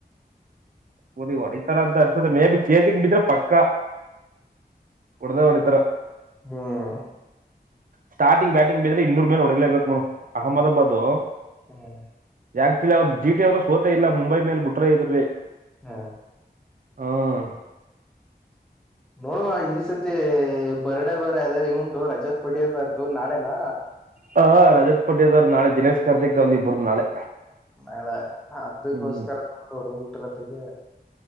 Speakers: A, on the right; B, in the centre.
A: ಹದ ಹೊಡಿತರ ಅಂತ ಅನ್ಸದೆೆ ಮೇ ಬಿ ಚೇಸ ಕ ಬಿಿದ್ರ ಪಕ್ಕ ಹೊಡದ ಹೊಡಿತಾರ
B: ಹ್ಮ್
A: ಸ್ಟಾರ್ಟಿಂಗ್ ಬ್ಯಾಟಿಂಗ್ ಬಿದ್ರೆ ಇನ್ನೂರ್ ಮೇಲೆ ಒಡಿಲೇಬೇಕು ಮ್ ಅಹಮದಾಬಾದ್
B: ಹ್ಮ್
A: ಯಕ್ಚುಲಿ ಅವ್ರ ಜಿಟಿ ಅವರರು ಸೋತ ಇಲ್ಲ ಮುಂಬೈ ಮೇಲೆ ಬಿುಟ್ಟ್ರ ಐತ್ರಿ
B: ಹಾ
A: ಹ್ಮ
B: ನೋಡುವ ಈ ಸತಿ ಬರ್ಡ್ಡೇ ಬೇರೆ ಅದೇ ಇವಂದು ರಜತ್ ಪಟ್ಟಿದ್ದಾರದು ನಾಳೆನಾ
A: ಹ ರಜತ್ ಪಟ್ಟಿದಾರಧು ನಾಳೆ ದಿನೇಶ್ ಕಾರ್ತಿಕ್ ದು ಇಬ್ರದ ನಾಳೆ
B: ನಾಳೆ ಅದಕ್ಕೋಸ್ಕರ
A: ಹ್ಮ್
B: ನೋೋಡು ಊಟ್ರತೆಗೆ